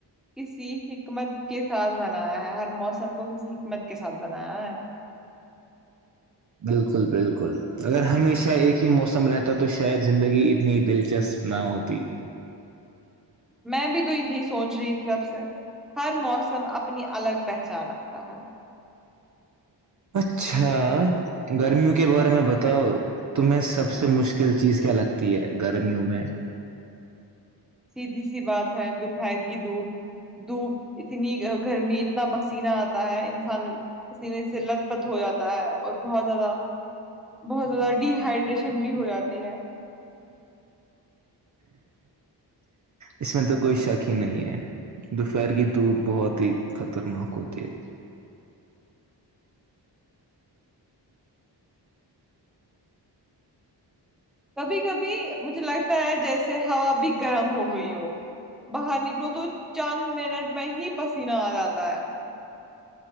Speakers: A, in the centre; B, on the right.
A: کسی حکمت کے ساتھ بنایا ہے ہر موسم کو کسی حکمت کے ساتھ بنایا ہے
B: بالکل بالکل اگر ہمیشہ ایک ہی موسم رہتا تو شاید زندگی اتنی دلچسپ نہ ہوتی
A: میں بھی تو یہی سوچ رہی تھی تب سے ہر موسم اپنی الگ پہچان رکھتا ہے
B: اچھا گرمیوں کے بارے میں بتاؤ تمہیں سب سے مشکل چیز کیا لگتی ہے گرمیوں میں
A: سیدھی سی بات ہے دوپہر کی دوپ دھوپ اتنی گرمی اتنا پسینہ آتا ہے انسان پسینے سے لت پت ہو جاتا ہے اور بہت زیادہ بہت زیادہ ڈی ہائڈریشن بھی ہو جاتی ہے <inaudible>
B: اس میں تو کوئی شک ہی نہیں ہے دوپہر کی دھوپ بہت ہی خطرناک ہوتی ہے
A: کبھی کبھی مجھے لگتا ہے جیسے ہوا بھی گرم ہو گئی ہو باہر نکلو تو چند منٹ میں ہی پسینہ آ جاتا ہے